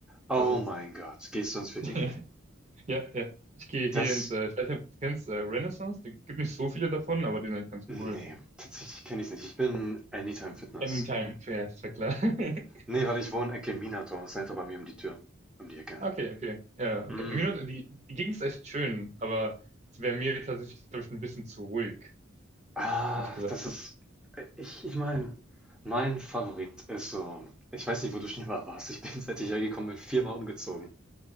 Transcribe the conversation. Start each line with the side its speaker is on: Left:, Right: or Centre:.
Centre: Oh
Right: Das ist,
Centre: mein Gott, gehst du ins Fitti?
Right: <laughs> ja, ja. Ich gehe hier
Centre: Das
Right: ins, äh, ich weiß nicht, ob du kennst, äh, Renaissance. Es gibt nicht so viele davon, aber die sind eigentlich ganz
Centre: ne,
Right: cool.
Centre: tatsächlich kenne ich es nicht. Ich bin Anytime Fitness.
Right: Anytime, fair, ist ja klar. <laughs>
Centre: Ne, weil ich wohne Ecke Minato, ist einfach bei mir um die Tür um die Ecke.
Right: Okay, okay. Ja, okay.
Centre: Mm.
Right: Minot, die, die Gegend ist echt schön, aber es wäre mir tatsächlich, glaube ich, ein bisschen zu ruhig,
Centre: Ah,
Right: hätte ich gesagt.
Centre: das ist äh, ich ich meine, mein Favorit ist so ich weiß nicht, wo du schon immer warst. Ich bin, seit ich hergekommen bin, viermal umgezogen.